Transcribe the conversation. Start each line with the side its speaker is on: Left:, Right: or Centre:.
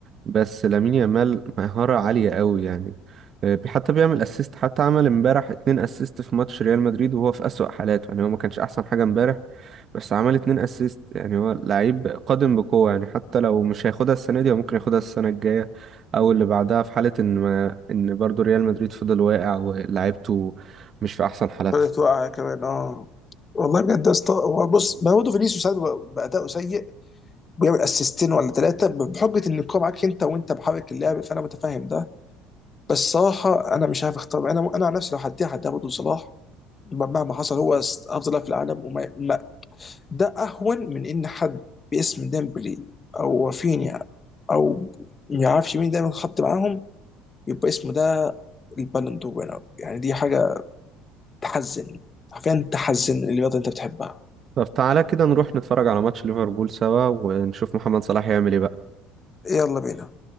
Right: بس لامين يامال مهارة عالية قوي يعني آه، حتى بيعمل اسيست حتى عمل امبارح اتنين اسيست في ماتش ريال مدريد وهو في أسوأ حالاته يعني هو ما كانش أحسن حاجة امبارح بس عمل اتنين اسيست يعني هو لعيب قادم بقوة يعني حتى لو مش هياخدها السنة دي هو ممكن ياخدها السنة الجاية أو اللي بعدها في حالة إن ما... إن برضه ريال مدريد فضل واقع ولاعيبته مش في أحسن حالاتها
Left: فضلت واقعه كمان اه والله بجد يا اسطى هو بص ما هو برضه فينيسيوس ساعات بيبقى باداؤه سيء ويعمل اسيستين ولا ثلاثه بحجه ان الكوره معاك انت وانت محرك اللعب فانا متفاهم ده بس صراحه انا مش عارف اختار انا انا عن نفسي لو هديها هديها برضه لصلاح مهما حصل هو افضل لاعب في العالم وما ما ده اهون من ان حد باسم ديمبلي او رافينيا او ما يعرفش مين دايما خط معاهم يبقى اسمه ده البالون دور winner. يعني دي حاجه تحزن حرفيا تحزن اللي رياضه انت بتحبها
Right: طب تعالى كده نروح نتفرج على ماتش ليفربول سوا ونشوف محمد صلاح يعمل ايه بقى
Left: يلا بينا